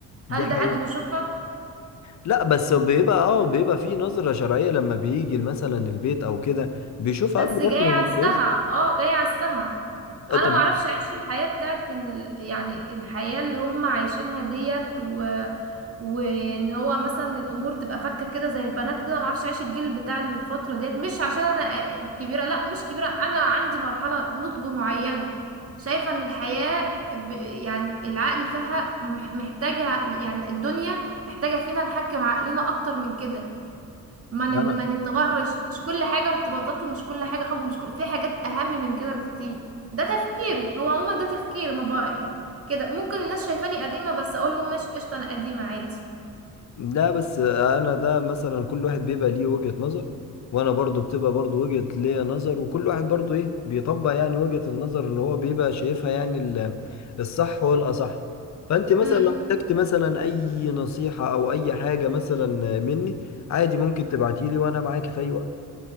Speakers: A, on the right (about 40°); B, on the left (about 50°).
A: هل
B: دي
A: ده
B: حقيقة
A: حد بيشوفها
B: لا بس بيبقى اه بيبقى في نظرة شرعية لما بيجي مثلا البيت او كده بيشوفها
A: بس
B: قبل برضه
A: جاي على
B: ما بيتجوزها
A: السمع اه جاي على السمع
B: آه،
A: انا
B: طب
A: ما اعرفش اعيش الحياة بتاعت ال... يعني الحياة اللي هم عايشينها ديت و... وان هو مثلا الامور تبقى فكة كده زي البنات كده ما اعرفش اعيش الجيل بتاع الفترة ديت مش عشان انا كبيرة لا مش كبيرة انا عندي مرحلة نضج معينة شايفة ان الحياة ب... يعني العقل فيها مح- محتاجة يعني الدنيا محتاجة فينا نحكم عقلنا اكتر من كده ما نت-
B: انا
A: ما نتغرش مش كل حاجة ارتباطات ومش كل حاجة حب مش كل في حاجات أهم من كده بكتير ده تفكيري هو عموما ده تفكيري ما بقى كده ممكن الناس شايفاني قديمة بس أقول لهم ماشي قشطة أنا قديمة عادي
B: لا بس انا ده مثلا كل واحد بيبقى ليه وجهة نظر وانا برضو بتبقى برضو وجهة ليا نظر وكل واحد برضو ايه بيطبق يعني وجهة النظر اللي هو بيبقى شايفها يعني ال- الصح والاصح فانت مثلا
A: امم
B: لو احتجت مثلا اي نصيحة او اي حاجة مثلا مني عادي ممكن تبعتيلي وانا معاكي في اي وقت